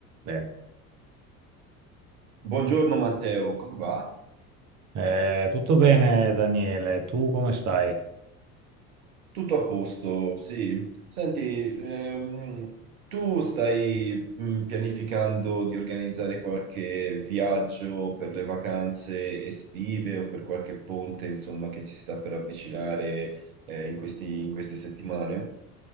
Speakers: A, on the right; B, on the right.
A: Bene.
B: Buongiorno Matteo, come va?
A: Eh, tutto bene, Daniele, tu come stai?
B: Tutto a posto, sì. Senti, ehm, tu stai mm, pianificando di organizzare qualche viaggio per le vacanze estive o per qualche ponte, insomma, che ci sta per avvicinare eh, in questi- in queste settimane?